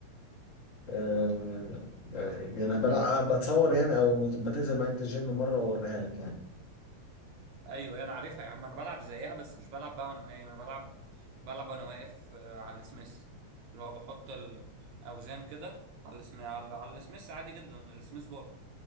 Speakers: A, on the left; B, on the right.
A: آه، آه، يعني بلعب بتصور يعني أو بتنزل معايا انت الجيم مرة وأوريها لك يعني
B: ايوه انا عارفها يا عم انا بلعب زيها بس مش بلعب بقى وانا نايم انا بلعب بلعب وانا واقف آه، على السميث اللي هو بحط الاوزان كده على السم... على على السميث عادي جدا السميث بار